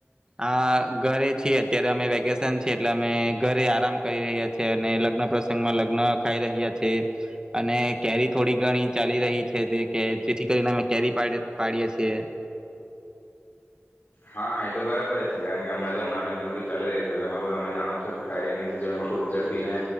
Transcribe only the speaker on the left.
હા એ તો બરાબર જ છે. કારણ કે હમણાં જે ઉનાનંદ ની ૠતુ ચાલી રહી છે તેમાં તો તમે જાણો છો કે કેરીની સીઝનમાં ખૂબ ઝડપી ને